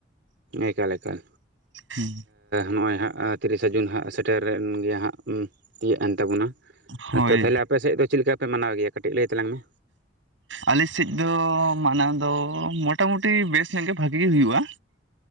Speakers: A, on the right; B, on the right.
A: ᱮᱠᱟᱞ ᱮᱠᱟᱞ
B: ᱦᱩᱸ
A: ᱾ᱱᱚᱜᱼᱚᱭ ᱦᱟᱸᱜ ᱛᱤᱨᱤᱥᱟ ᱡᱩᱱ ᱦᱟᱸᱜ ᱥᱮᱴᱮᱨᱮᱱ ᱜᱮᱭᱟ ᱦᱟᱸᱜ ᱛᱤᱭᱟᱹᱜ ᱮᱱ ᱛᱟᱵᱚᱱᱟ᱾
B: ᱦᱳᱭ
A: ᱛᱚ ᱛᱟᱦᱚᱞᱮ ᱟᱯᱮ ᱥᱮᱫ ᱫᱚ ᱪᱮᱫ ᱞᱮᱠᱟ ᱯᱮ ᱢᱟᱱᱟᱣ ᱜᱮᱭᱟ, ᱠᱟᱹᱴᱤᱡ ᱞᱟᱹᱭ ᱛᱟᱞᱟᱝ ᱢᱮ?
B: ᱟᱞᱮ ᱥᱮᱫ ᱫᱚ ᱢᱟᱱᱟᱣ ᱫᱚ ᱢᱚᱴᱟ ᱢᱩᱴᱤ ᱵᱮᱥ ᱧᱚᱜ ᱜᱮ ᱵᱷᱟᱜᱤ ᱜᱮ ᱦᱩᱭᱩᱜᱼᱟ᱾